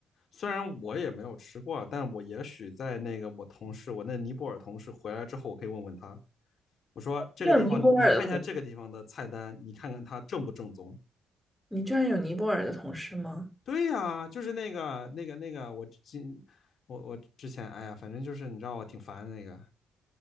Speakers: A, on the left; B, in the centre.
A: 虽然我也没有吃过，但我也许在那个我同事，我那尼泊尔同事回来之后，我可以问问他，我说这个地方，
B: 你有尼泊尔的同，
A: 你看一下这个地方的菜单，你看看它正不正宗。
B: 你居然有尼泊尔的同事吗？
A: 对呀，就是那个那个那个，我今我我之前，哎呀，反正就是你知道我挺烦的那个。